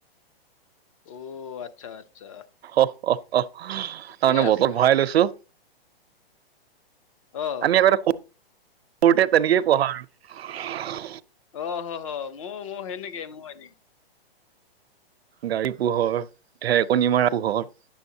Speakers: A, on the left; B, on the right.
A: অ', আচ্ছা। আচ্ছা
B: অহ অহ অহ
A: ঠিকেই
B: তাৰ মানে বটলত
A: আছে
B: ভৰাই লৈছো।
A: অ
B: আমি আগতে সত সৰুতে তেনেকেই পঢ়া আৰু।
A: অ', হ হ মই মই সেনেকে মই এনে
B: গাড়ী পোহৰ ঢেৰেকণী মৰা পোহৰ